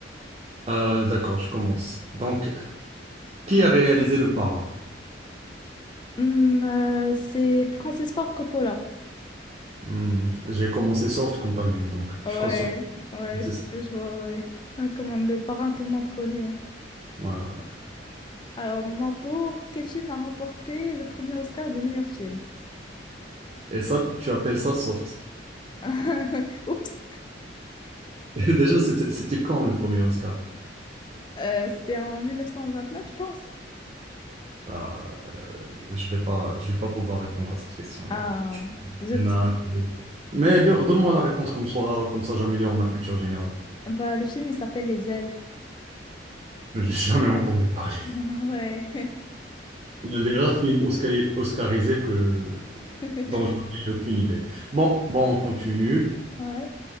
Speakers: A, on the right; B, on the left.
A: Euh, d'accord, je commence. Donc, qui a réalisé le parrain?
B: Hum, euh, c'est Francis Ford Coppola.
A: Hmm, j'ai commencé soft, comme tu as vu, donc
B: Ouais,
A: je compte sur toi.
B: ouais,
A: C'est
B: c'est
A: ça.
B: ce que je vois, ouais. Ah, Comme on le parrain, tout le monde connaît.
A: Ouais, ouais.
B: Alors, mon tour, quel film a remporté le premier Oscar du meilleur film?
A: Et ça, tu appelles ça soft.
B: <laughs> Oups!
A: <laughs> Déjà, c'était c'était quand le premier Oscar?
B: Euh, c'était en 1929, je pense.
A: Ah, je vais pas, je vais pas pouvoir répondre à cette question.
B: Ah,
A: Donc, tu-
B: zut.
A: il y en a deux. Mais don- donne-moi la réponse comme ça, comme ça j'améliore ma culture générale.
B: Bah, le film, il s'appelle Les Ailes.
A: J'ai jamais entendu parler.
B: <laughs> Ouais.
A: L'un des rares films oscari- oscarisés que
B: <laughs>
A: Donc, j'en ai aucune idée. Bon, bon, on continue.
B: Ouais.